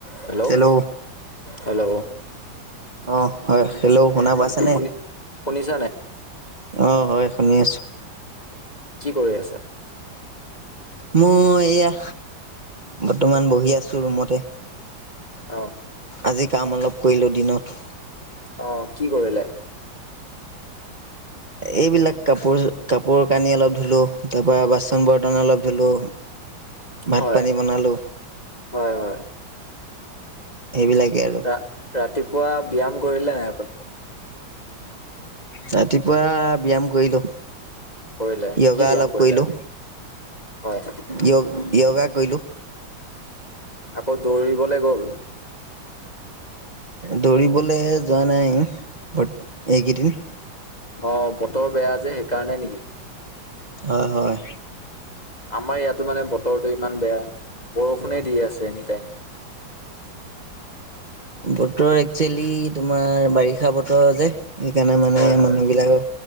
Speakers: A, on the left; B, on the right.
A: Hello
B: hello
A: hello
B: অ' হয় hello শুনা
A: শ
B: পাইছেনে?
A: শুনি শুনিছা নাই
B: অ হয় শুনি আছোঁ
A: কি কৰি আছা
B: মই এয়া বৰ্তমান বহি আছো ৰুমতে
A: অ
B: আজি কাম অলপ কৰিলো দিনত
A: অ কি কৰিলে
B: এইবিলাক কাপোৰ কাপোৰ কানি অলপ ধুলোঁ তাৰ পৰাৰা বাচন বৰ্তন অলপ ধুলোঁ ভাত
A: হয়
B: পানী বনালো
A: হয় হয়
B: সেইবিলাকেই আৰু
A: ৰা ৰাতিপুৱা ব্যায়াম কৰিলে নাইপ
B: ৰাতিপুৱা ব্যায়াম কৰিলো
A: কৰিলে
B: োগা
A: কি ব্যায়াম
B: অলপ
A: কৰিলে
B: কৰিলো
A: আজি হয়
B: য়োগা কৰিলো
A: আকৌ দৌৰিবলৈ গ'ল
B: দৌৰিবলৈ যোৱা নাই ব এইকেইদিন
A: অ বতৰ বেয়া যে সেইকাৰণে নেকি
B: হয় হয়
A: আমাৰ ইয়াতো মানে বতৰটো ইমান বেয়া বৰষুণে দি আছে এনি টাইম
B: বতৰ একচুৱেলি তোমাৰ বাৰিষা বতৰ যে সেইকাৰণে মানে
A: হয় হয়
B: মানুহবিলাকৰ